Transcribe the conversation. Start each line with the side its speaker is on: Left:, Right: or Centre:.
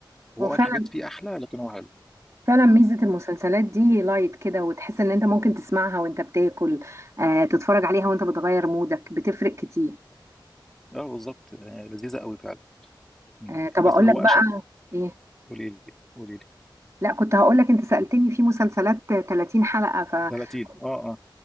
Centre: هو
Right: هو فعلا
Centre: قال حاجات فيه احلى لكن هو حلو
Right: فعلا ميزة المسلسلات دي لايت كده وتحس إن أنت ممكن تسمعها وأنت بتاكل آه، تتفرج عليها وأنت بتغير مودك بتفرق كتير
Centre: اه بالظبط آه، لذيذه قوي فعلا مم.
Right: آه، طب
Centre: بس
Right: أقول
Centre: هو
Right: لك
Centre: أش...
Right: بقى إيه؟
Centre: قولي لي قولي لي
Right: لا كنت هقول لك انت سألتني في مسلسلات 30 حلقة فكنت
Centre: 30 اه اه